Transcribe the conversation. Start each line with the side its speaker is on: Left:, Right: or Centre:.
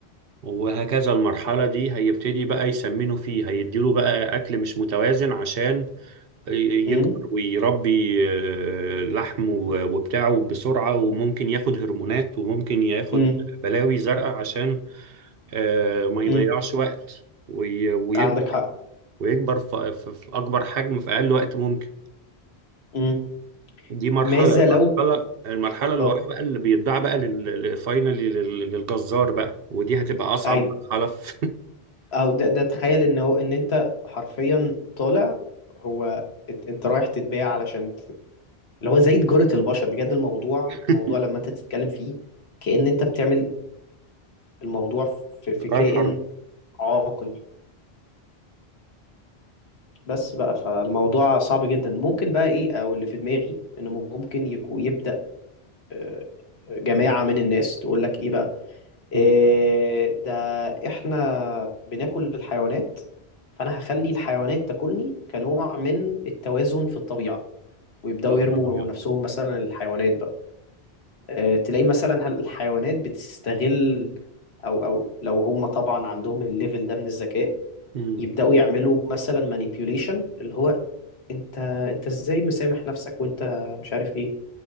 Right: وهكذا المرحلة دي هيبتدي بقى يسمنه فيه هيديله بقى أكل مش متوازن عشان يكبر
Left: امم
Right: ويربي آه، لحم و- وبتاعه بسرعة وممكن ياخد هرمونات وممكن ياخد
Left: امم
Right: بلاوي زرقاء عشان آه، ما يضيعش
Left: امم
Right: وقت وي- ويكبر
Left: عندك حق
Right: ويكبر في في- في أكبر حجم في أقل وقت ممكن
Left: امم
Right: دي مرحلة
Left: ماذا
Right: المرحلة
Left: لو
Right: المرحلة اللي
Left: اه
Right: وراها بقى اللي بيتباع بقى فاينلي للجزار بقى ودي هتبقى أصعب
Left: ايوه
Right: مرحلة في
Left: او ده, ده تخيل ان هو ان انت حرفيا طالع هو انت, انت رايح تتباع علشان اللي هو زي تجارة البشر بجد الموضوع
Right: <laughs>
Left: الموضوع لما انت تتكلم فيه كأن انت بتعمل الموضوع في, في
Right: جرائم
Left: كائن
Right: حرب
Left: عاقل بس بقى فالموضوع صعب جدا ممكن بقى ايه او اللي في دماغي انه ممكن يكو يبدأ آه، جماعة من الناس تقول لك ايه بقى إيه
Right: مم.
Left: ده احنا بناكل الحيوانات فانا هخلي الحيوانات تاكلني كنوع من التوازن في الطبيعة ويبدأوا
Right: يا نهار
Left: يرموا
Right: أبيض
Left: نفسهم مثلا الحيوانات بقى آه، تلاقي مثلا هل- الحيوانات بتستغل او او لو هم طبعا عندهم الليفل ده من الذكاء
Right: مم.
Left: يبداوا يعملوا مثلا مانيبيوليشن اللي هو انت انت ازاي مسامح نفسك وانت مش عارف ايه